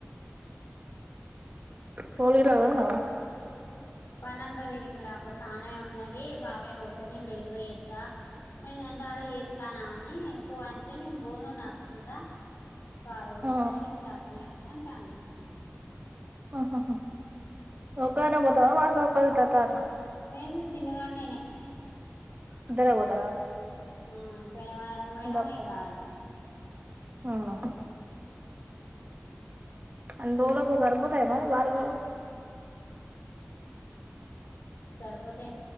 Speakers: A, on the right; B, on the left.
A: బోర్లు గిట్ల తోమినవా
B: పనంతా తీరింది రా ఒక స్నానం ఉన్నది. బాబాయ్ పోతే నేను లేటుగా ఏత్త ఇగ అంత వరకి చేస్తానా అని పో అంటే నేను బోను నడుసుకుంటా నాకు కాలు గుంజుతున్నాయి
A: ఆ
B: నాకు షాతన అైతే ఆనంటాండు
A: ఆహాహా ఒక్కదానివే పోతావా వాస్ <unintelligible> అత్తరాట్న
B: నేను చిన్నదానెన్నే
A: ఇద్దరే పోతారా
B: ఆహ్ పోయిన వారం పోయినా
A: ఇద్దరు
B: ఈ వారం
A: అవునా అన్రోలకు సరీబోతయా మరి వారం రోలకు
B: సరిపోతాయి